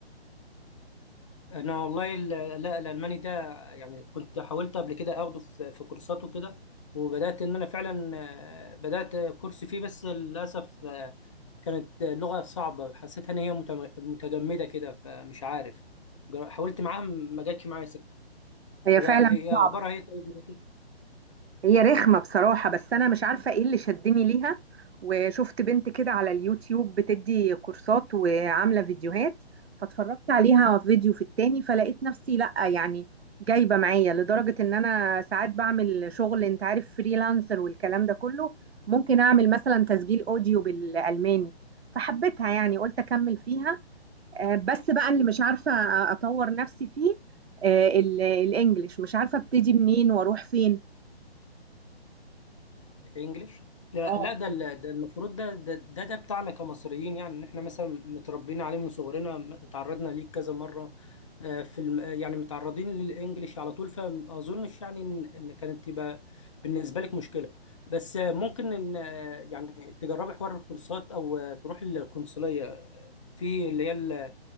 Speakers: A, on the left; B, on the right.
A: انا والله ال- لا الالماني ده يعني كنت حاولت قبل كده اخده في في كورسات وكده وبدات ان انا فعلا آه، بدات كورس فيه بس للاسف آه، كانت لغه صعبه حسيتها ان هي متم- متجمده كده فمش عارف جر- حاولت معاها ما جاتش معايا سكه
B: هي
A: هو
B: فعلا
A: هي
B: صعبة
A: اخبارها هي طيب معاكي؟
B: هي رخمة بصراحة بس انا مش عارفة ايه اللي شدني ليها وشفت بنت كده على اليوتيوب بتدي كورسات وعاملة فيديوهات فاتفرجت عليها فيديو في التاني فلقيت نفسي لا يعني جايبة معايا لدرجة ان انا ساعات بعمل شغل انت عارف فريلانسر والكلام ده كله ممكن اعمل مثلا تسجيل اوديو بالالماني فحبيتها يعني قلت اكمل فيها آه، بس بقى اللي مش عارفة أطور نفسي فيه آه، ال- الإنجليش مش عارفة أبتدي منين وأروح فين
A: انجليش لا
B: اه
A: لا ده ال- ده المفروض ده ده ده, ده بتاعنا كمصريين يعني ان احنا مثلا متربيين عليه من صغرنا م- اتعرضنا ليه كذا مره آه، في الم... آه، يعني متعرضين للانجليش على طول فما اظنش يعني ان إن كانت تبقى بالنسبه لك مشكله بس آه، ممكن ان آه، يعني تجربي حوار الكورسات او آه، تروحي للقنصليه آه، في اللي هي ال-